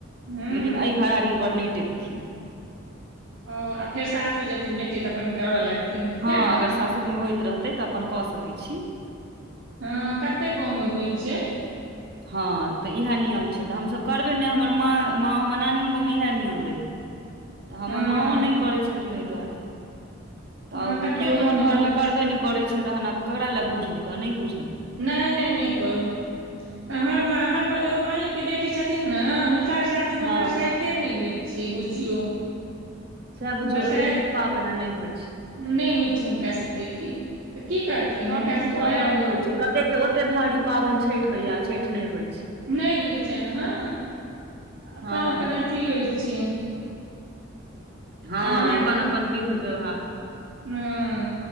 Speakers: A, on the right; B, on the right.
A: हूँ
B: लेकिन ए घरारी पर नहि टेकथिन
A: ओ फेर सासु जेथिन बेटी तऽ अपन कर लगथिन सएह
B: हँ
A: ने
B: अगर सासुरमे होइत रहतै तऽ अपन कऽ सकैत छी।
A: हँ कते गाँवमे हुइ छियै
B: हँ तऽ इहा नियम छै तऽ हमसभ करबै ने हमर माँ माँ हमर नानिओ गाँवमे इहा नियम रहै हमर
A: हँ
B: माँओ नहि करै छथिन ओहि दुआरे तऽ
A: हँ कतेक
B: केओ
A: गाँवमे
B: जहन घरमे
A: होइ छै
B: करबे नहि करैत छै तहन आब ककरा लए बुझू तऽ नहि बुझ
A: नहि नहि नहि करू तऽ हमर हमर एगो मामी के बेटी छथिन ने हुनका <unintelligible>
B: हँ,
A: बरसाइते नहि होइ छै बुझियौ
B: सएह बुझू
A: बरसाइत
B: ओते नीक पाबन आ नहि होइ छै
A: नहि होइत छै हुनका सभके की तऽ की करथिन
B: सभ
A: हुनकाभके
B: चीज सभ
A: उहा
B: रंग
A: गाँ
B: होइ छै कते के ओते भारी पाबन छठि होइया छठि नहि होइ छै
A: नहि होइत छनि हँ अपन
B: हँ,
A: अपन अथि होइत छियै
B: हँ
A: हमरा
B: अपन
A: गाँव
B: अपन विध व्यवहार।
A: हँ